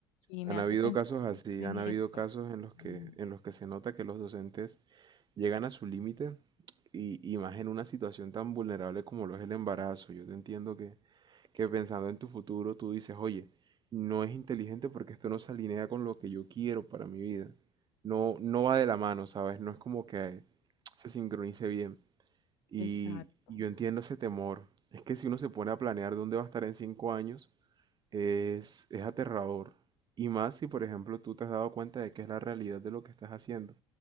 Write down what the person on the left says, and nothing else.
sí,
me hace
pensar
mucho
en
eso.
Mm.
Exacto.